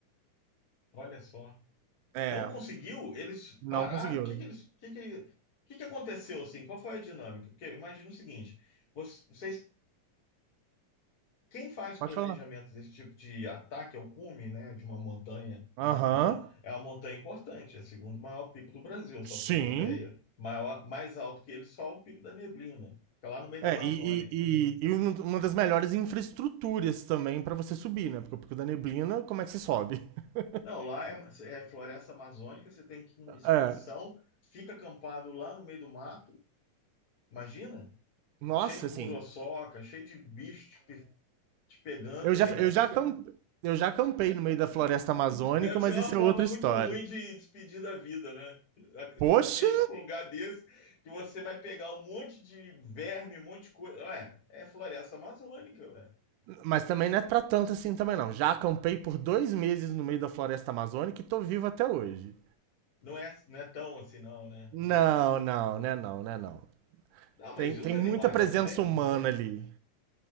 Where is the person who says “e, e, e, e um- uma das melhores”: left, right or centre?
Right